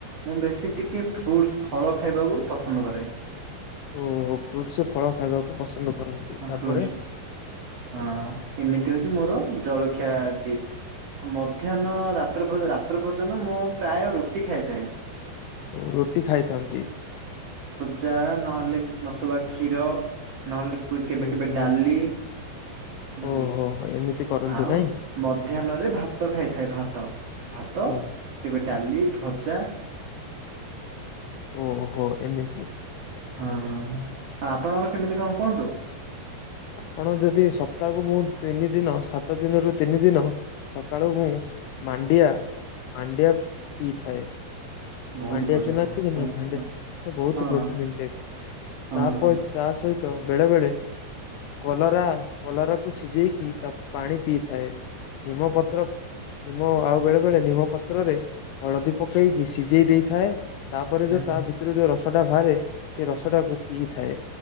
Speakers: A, on the right; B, on the left.
A: ମୁଁ ବେଶୀ ଟିକେ ଫ୍ରୁଟ୍ ଫଳ ଖାଇବାକୁ ପସନ୍ଦ କରେ।
B: ଓ ଫ୍ରୁଟସ ଫଳ ଖାଇବାକୁ ପସନ୍ଦ କରନ୍ତି ତାପରେ
A: ଫ୍ରୁଟସ ହଁ ଏମିତି ମୋର ଜଳଖିଆ ଡିସ୍ ମଧ୍ୟାହ୍ନ ରାତ୍ର ରା ମୁଁ ପ୍ରାୟ ରୁଟି ଖାଇଥାଏ।
B: ଓ ରୁଟି ଖାଇଥାନ୍ତି।
A: ଚା ନହେଲେ ନଥିବା କ୍ଷୀର ନହେଲେ କେବେ
B: ହୁଁ
A: କେବେ
B: ହୁଁ
A: ଡାଲି ବୁଝିଲି।
B: ଓହୋ ଏମିତି କରନ୍ତି
A: ଆଉ
B: ନାଇଁ
A: ମଧ୍ୟାହ୍ନରେ ଭାତ ଖାଇଥାଏ ଭାତ ଭାତ
B: ଓ
A: କେବେ ଡାଲି ଭ ଚା
B: ଓହୋ ଏମିତି
A: ହଁ ହଁ ହଁ। ଆଉ ଆପଣଙ୍କର କେମିତି କଣ କୁହନ୍ତୁ?
B: ଆପଣ ଯଦି ସପ୍ତାହକୁ ମୁଁ ତିନି ଦିନ ସାତ ସାତ ଦିନରୁ ତିନି ଦିନ ସକାଳୁ ମୁଁ ମାଣ୍ଡିଆ। ମାଣ୍ଡିଆ ପିଇଥାଏ।
A: ବହୁତ
B: ମାଣ୍ଡିଆ
A: ବଢିଆ
B: ଚୁନା
A: ବହୁତ
B: ଖାଇଛନ୍ତି
A: ହଁ
B: ମାଣ୍ଡିଆ
A: ହଁ
B: ବହୁତ
A: ହଁ
B: ପୋଟିନ
A: ହଁ
B: ତାପ
A: ହଁ
B: ତା ସହିତ। ତ ବେଳେବେଳେ କଲରା କଲରାକୁ ସିଝେଇକି ତାକୁ ପାଣି ପିଇଥାଏ ନିମପତ୍ର ନିମ ଆଉ ବେଳେ ବେଳେ ନିମ ପାତ୍ରରେ ହଳଦୀ ପକେଇକି ସିଝ ସିଜେଇ ଦେଇଥାଏ ତାପରେ
A: ହଁ।
B: ଯୋଉ ତା ଭିତରୁ ଯୋଉ ରସଟା ବାହାରେ ସେ ରସ ଟାକୁ ପିଇଥାଏ